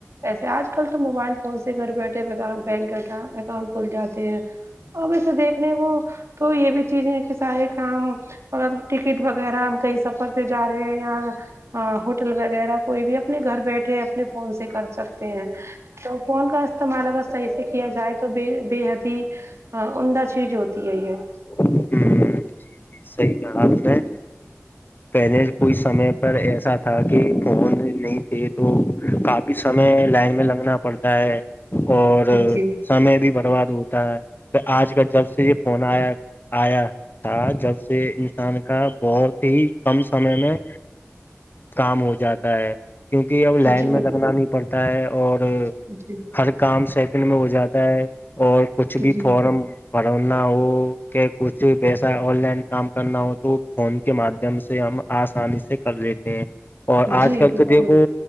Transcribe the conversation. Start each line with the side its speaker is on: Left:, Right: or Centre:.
Right: ایسے آج کل تو موبائل فون سے گھر بیٹھے بینک بیٹھا اکاؤنٹ کو کھل جاتے ہیں اور وسے دیکھنے کو تو یہ بھی چیز ہے کہ سارے کام ا ٹکٹ وغیرہ ہم کہیں سفر پہ جا رہے ہیں اں ہ ہوٹل وغیرہ کوئی بھی اپنے گھر بیٹھے اپنے فون سے کر سکتے ہیں تو فون کا استعمال اگر صحیح سے کیا جائے تو بے بے حد ہی ہاں اندہ چیز ہوتی ہے ہی ہے
Left: ہ جی جی صحیح ہے آپ ہے پہلے کوئی سمے پر ایسا تھا کہ فون نہیں تھے تو کافی سمے لائن میں لگنا پڑتا ہے اور
Right: جی
Left: سمے بھی برباد ہوتا ہے تو آج کل جب سے یہ فون آیا آیا تھا جب سے انسان کا بہت ہی کم سمے میں کام ہو جاتا ہے کیونکہ اب لائن
Right: جی
Left: میں لگنا نہیں پڑتا ہے اور
Right: جی
Left: ہر کام سیکنڈ میں ہو جاتا ہے اور کچھ بھی
Right: جی
Left: فارم بھرونا ہو کہ کچھ پیسہ آن لائن کام کرنا ہو تو فون کے مادھیم سے ہم آسانی سے کر لیتے ہیں اور آج
Right: جی
Left: کل
Right: بالکل
Left: تو دیکھو